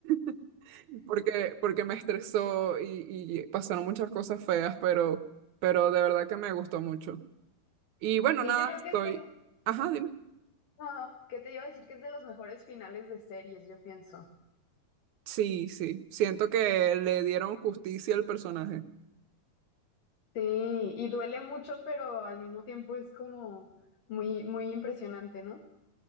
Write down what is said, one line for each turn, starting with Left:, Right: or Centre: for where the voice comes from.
Right: <laughs> porque, porque me estresó y, y pasaron muchas cosas feas, pero, pero de verdad que me gustó mucho. Y bueno,
Left: Sí,
Right: nada,
Left: yo creo
Right: estoy,
Left: que es de...
Right: ajá, dime.
Left: No, ¿qué te iba a decir? Que es de los mejores finales de series, yo pienso.
Right: Sí, sí, siento que le dieron justicia al personaje.
Left: Sí, y duele mucho, pero al mismo tiempo es como muy, muy impresionante, ¿no?